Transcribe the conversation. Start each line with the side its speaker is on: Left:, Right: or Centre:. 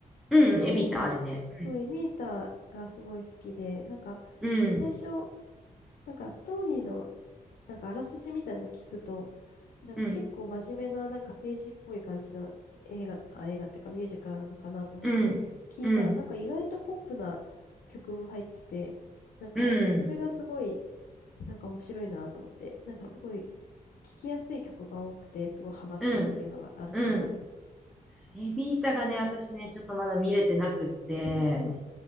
Centre: うん、
Left: エビータ、
Centre: エビターあるね。
Left: そう、
Centre: うん、
Left: エビータがすごい好きで、なんか、
Centre: うん、
Left: 最初、なんかストーリーの、なんかあらすじみたいなの聞くと、なんか結構真面目な、
Centre: うん、
Left: なんか政治っぽい感じの映画、あ、映画っていうかミュージカルなのかなと思って聞いたら、
Centre: うん、うん、
Left: なんか意外とポップな曲も入ってて、なんかそれがすごい
Centre: う
Left: なんか面白いなと思って、なんかすごい聞きやすい曲が多くて、すごいハマったっていうのがあるかな。
Centre: ん、うん。エビータがね、私ね、ちょっとまだ見れてなくって、
Left: うんうん。